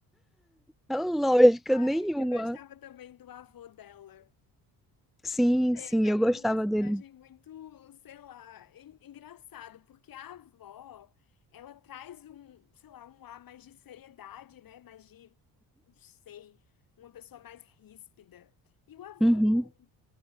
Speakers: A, in the centre; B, on the left.
A: A lógica
B: Ai,
A: nenhuma.
B: eu gostava também do avô dela.
A: Sim,
B: É,
A: sim,
B: pra
A: eu
B: mim
A: gostava
B: é um personagem
A: dele.
B: muito, sei lá, en- engraçado, porque a avó, ela traz um, sei lá, um ar mais de seriedade, né? Mais de, não sei, uma pessoa mais ríspida. E o avô
A: Uhum.
B: não